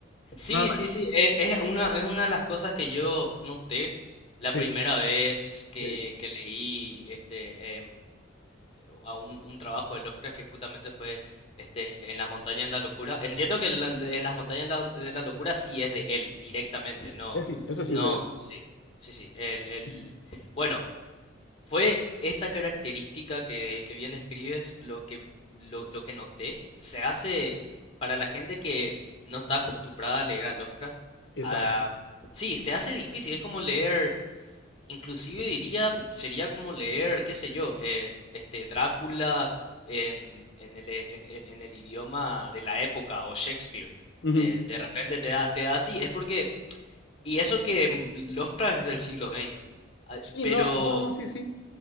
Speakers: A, on the left; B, on the left.
A: Sí,
B: No, no,
A: sí, sí, e- es una, es una de las cosas que yo noté la
B: sí,
A: primera vez que,
B: sí,
A: que leí este, em, a un, un trabajo de Lovecraft que justamente fue este, en las montañas de la locura. Entiendo que en, la- en las montañas de la, de la locura sí es de él, directamente, no,
B: Eh, sí, eso sí
A: no,
B: es de él.
A: sí, sí, sí. El, el-
B: Ujú.
A: bueno, fue esta característica que, que bien describes lo que, lo, lo que noté. Se hace para la gente que no está acostumbrada a leer a Lovecraft,
B: Exacto.
A: a- sí, se hace difícil, es como leer Inclusive diría, sería como leer, qué sé yo, eh, este Drácula en, en el, e, en- en- en el idioma de la época o Shakespeare.
B: Ujú.
A: Eh, de repente te da, te da así, es porque, y eso que Lovecraft es del siglo XX, ah,
B: Sí,
A: pero
B: no, no, no, sí, sí.